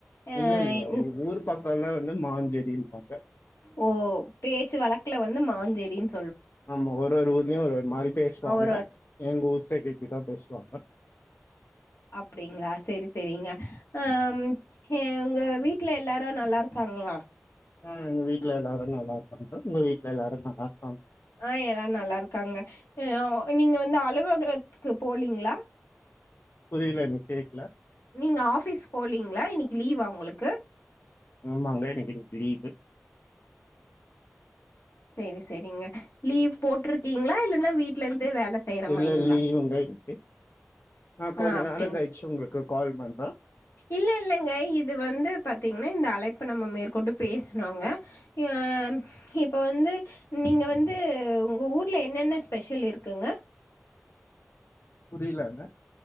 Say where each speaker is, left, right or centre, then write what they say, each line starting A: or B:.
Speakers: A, on the left; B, on the left.
A: அ
B: இல்ல இல்ல
A: என்
B: உங்க ஊர் பக்கெல்லாம் வந்து மாஞ்செடி ஓகே
A: ஓ பேச்சு வழக்குல வந்து மாஞ்செடினு
B: ஆமா ஒரு ஒரு ஊர்லயும் ஒரு ஒரு மாரி பேசுவாங்க
A: ஒரு
B: எங்க ஊர் சைடு இப்படிதான் பேசுவாங்க
A: அப்படிங்களா செரி செரிங்க ஆஹ் உங்க வீட்டுல எல்லாரும் நல்லா இருக்காங்களா
B: உம் எங்க வீட்டுல எல்லாரும் நல்லா இருக்காங்க உங்க வீட்டுல எல்லாரும் நல்லா இருக்
A: ஆஹ் எல்லாரும் நல்லா இருக்காங்க ஆஹ் நீங்க வந்து அலுவலகத் துக்கு போலிங்களா
B: புரியல நீ கேக்கல
A: நீங்க ஆபீஸ் போலிங்களா இன்னைக்கு லீவா உங்களுக்கு
B: ஆமாங்க எனக்கு இன்னைக்குலீவு
A: செரி செரிங்க லீவ் போட்டிருக்கீங்களா இல்லைன்னா வீட்டுல இருந்து வேல செய்யற
B: இல்ல
A: மாரிங்களா
B: லீவுங்க இன்னைக்கு நான்
A: ஆ
B: கொஞ்சம்
A: அப்டிங்
B: நேரம் கயிச்சு உங்களுக்கு கால் பண்றேன்
A: இல்ல இல்லங்க இது வந்து பாத்தீங்கன்னா இந்த அழைப்ப நம்ம மேற்கொண்டு பேசனோங்க அஹ் இப்ப வந்து நீங்க வந்து உங்க ஊர்ல என்னென்ன ஸ்பெஷல் இருக்குங்க
B: புரியலங்க